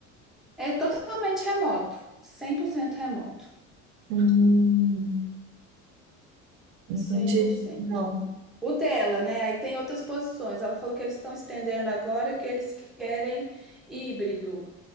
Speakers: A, in the centre; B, on the right.
A: É totalmente remoto, 100% remoto.
B: Hum, entendi.
A: cem por cento
B: Não.
A: O dela, né? Aí tem outras posições. Ela falou que eles estão estendendo agora que eles querem híbrido,